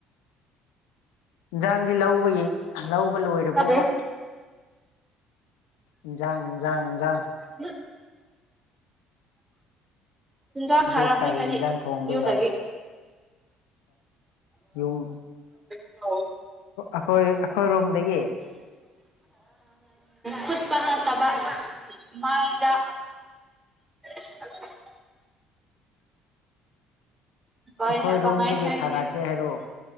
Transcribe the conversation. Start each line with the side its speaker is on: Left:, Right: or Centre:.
Left: ꯏꯟꯁꯥꯡꯗꯤ ꯂꯧꯕ ꯌꯦ ꯂꯧꯕ ꯂꯣꯏꯔꯦ
Right: ꯇꯥꯗꯦ
Left: ꯄꯣꯄ ꯏꯟꯖꯥꯡ ꯏꯟꯖꯥꯡ ꯏꯟꯖꯥꯡ
Right: ꯎ ꯨꯏꯟꯖꯥꯡ ꯊꯥꯔꯕꯅꯤ
Left: ꯑꯗꯨ ꯀꯩ
Right: ꯉꯁꯤ
Left: ꯌꯦꯟꯖꯥꯡ ꯊꯣꯡꯗꯣꯏꯕ
Right: ꯌꯨꯝꯗꯒꯤ
Left: ꯌꯨꯝ
Right: <unintelligible>
Left: ꯑꯩꯈꯣꯏ ꯑꯩꯈꯣꯏꯔꯣꯝꯗꯒꯤ
Right: ꯈꯨꯠ ꯄꯜꯂꯠꯇꯕ ꯃꯥꯏꯗ <inaudible> ꯍꯣꯏ
Left: ꯑꯩꯈꯣꯏꯔꯣꯝꯗꯒꯤ
Right: ꯀꯃꯥꯏ ꯍꯥꯏꯅꯦ
Left: ꯊꯥꯔꯛꯀꯦ ꯍꯥꯏꯔꯣ